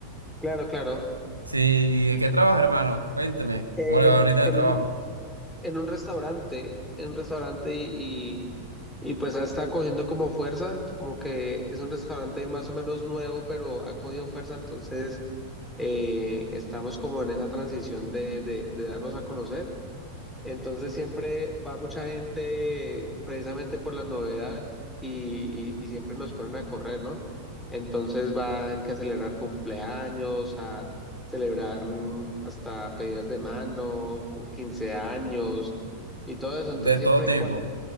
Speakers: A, in the centre; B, on the right.
A: Claro, claro.
B: Sí, ¿y de qué trabajas, hermano? Cuénteme.
A: En,
B: ¿Cómo le va ahorita
A: en
B: en el trabajo?
A: un, en un restaurante, en un restaurante y, y, y pues está cogiendo como fuerza, como que es un restaurante más o menos nuevo, pero ha cogido fuerza, entonces eh, estamos como en esa transición de, de de darnos a conocer. Entonces siempre va mucha gente precisamente por la novedad y, y- y siempre nos ponen a correr, ¿no? Entonces van que a celebrar cumpleaños, a celebrar mm, hasta pedidas de mano, 15 años y todo eso. Entonces
B: De
A: siempre,
B: todo tipo.
A: cuan-